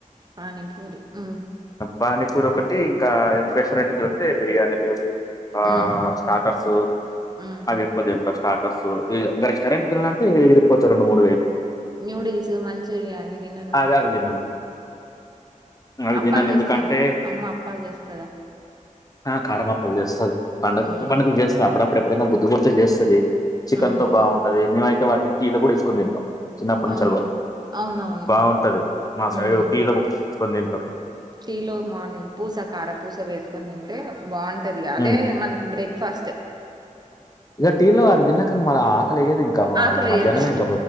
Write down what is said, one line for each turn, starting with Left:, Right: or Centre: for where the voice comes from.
Right: పాణిపూరి హు
Left: పానీపూరి ఒకటి ఇంకా రెస్టారెంట్ కి వెళ్తే బిర్యానీలు ఆ
Right: హ్మ్.
Left: స్టార్టర్స్
Right: మ్మ్
Left: అవి ఎక్కువ తింట స్టా రెస్టారెంట్కి వెళ్లినప్పుడు ఇరిగిపోతారు రెండు మూడు వేలు
Right: న్యూడిల్స్ మంచూరియా ఇవి దినర
Left: అవి అవి తినను. అవి
Right: అప్పాలు
Left: తినను
Right: చేస్తార
Left: ఎందుకంటే
Right: అమ్మ అప్పాలు చేస్తద
Left: ఆ కారంమప్పలు చేస్తారు పండుగ
Right: మ్మ్
Left: పండుగలు చేస్తారు అప్పుడ ఇప్పుడు ఎప్పుడైనా బుద్ధి పుడితే చేస్తది చికెన్తో
Right: మ్మ్.
Left: బాగుంటుది మేమైతే వాటిని టీ లో కూడా వేసుకుని తిన్టం చిన్నప్పటి నుంచి
Right: అవును
Left: అలా
Right: అవునవును
Left: బాగుంటది మా సైడ్
Right: మ్మ్
Left: టీలో ముంచుకుని తింటారు
Right: టీలో మార్నింగ్ పూస కారపూస వేసుకొని తింటే బాగుంటది అదే
Left: హ్మ్.
Right: మనకి బ్రేక్ఫాస్ట్
Left: ఇక టీ లో అవి తిన్నాక ఇంక మరి ఆకలేయ్యదు ఇంకా
Right: ఆకలి
Left: అళ మధ్యాహ్నమే
Right: ఎయ్యదు అవును
Left: ఇంకా